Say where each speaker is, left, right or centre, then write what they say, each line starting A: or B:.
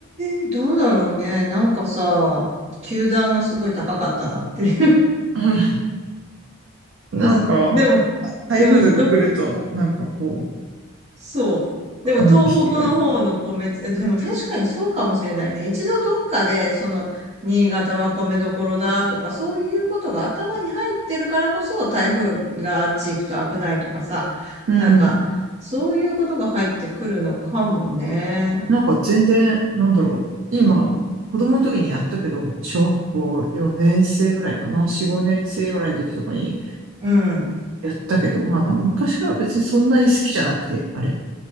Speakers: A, on the right (about 30°); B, on the right (about 65°).
A: えーどうだろうね。なんかさ、球団がすごい高かったなっていう
B: <laughs> なんか、
A: <laughs> でも、
B: 台風とか来ると、
A: でも、ど、
B: なんかこう、
A: そう。
B: あの被害が。
A: でも、東北の方の米って、えでも確かにそうかもしれないね。一度どっかで、その、新潟は米どころだとか、そういうことが頭に入ってるからこそ、台風があっち行くと危ないとかさ、
B: うん。
A: なんか、そういうことが入ってくるのかもね。
B: なんか全然、なんだろう。今、子供の時にやったけど、小学校4年生ぐらいかな、4、5年生ぐらいの時とかに
A: うん。うん。
B: やったけど、まあなんか昔から別にそんなに好きじゃなくて、あれ。